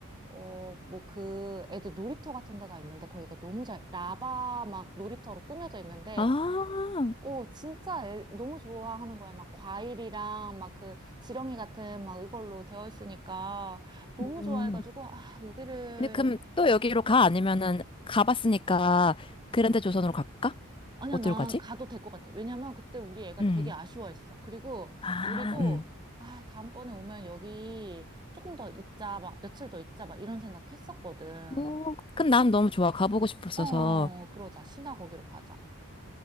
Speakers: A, on the right (about 20°); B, on the left (about 25°).
A: 어, 뭐 그 애들 놀이터 같은 데가 있는데 거기가 너무 잘, 라바 막 놀이터로 꾸며져 있는데,
B: 아,
A: 오, 진짜 애- 너무 좋아하는 거야. 막 과일이랑 막 그 지렁이 같은 막 이걸로 되어 있으니까 너무
B: 음.
A: 좋아해가지고, 아, 여기를.
B: 근데 그럼 또 여기로 가? 아니면은 가봤으니까 그랜드 조선으로 갈까?
A: 아니야,
B: 어디로
A: 나
B: 가지?
A: 가도 될 것 같아. 왜냐면 그때 우리 애가
B: 음.
A: 되게 아쉬워했어. 그리고
B: 아,
A: 우리도,
B: 음.
A: 아, 다음번에 오면 여기 조금 더 있자, 막 며칠 더 있자, 막 이런 생각 했었거든.
B: 어, 그럼 난 너무 좋아. 가보고 싶었어서.
A: 어, 그러자. 신화 거기로 가자.